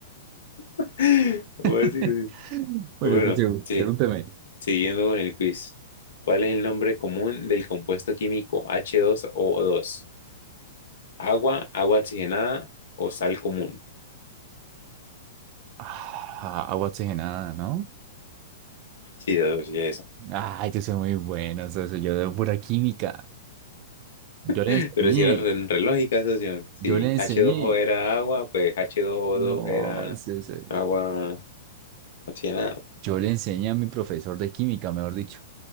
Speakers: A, on the left (about 65°); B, on the right (about 40°).
A: <laughs> ¿Cómo
B: <laughs>
A: así?
B: Bueno,
A: Bueno,
B: socio,
A: sí,
B: pregúnteme.
A: Siguiendo con el quiz, ¿cuál es el nombre común del compuesto químico H2O2? ¿Agua, agua oxigenada o sal común?
B: Ah, agua oxigenada, ¿no?
A: Sí, ya ya esa.
B: Ay, yo soy muy bueno, socio. Yo de pura química. Yo
A: <laughs>
B: le enseñé,
A: Pero si era re, re lógica, socio. Si
B: yo le enseñé.
A: H2O era agua, pues H2O2
B: No,
A: era
B: socio,
A: agua oxigenada.
B: Yo le enseñé a mi profesor de química, mejor dicho.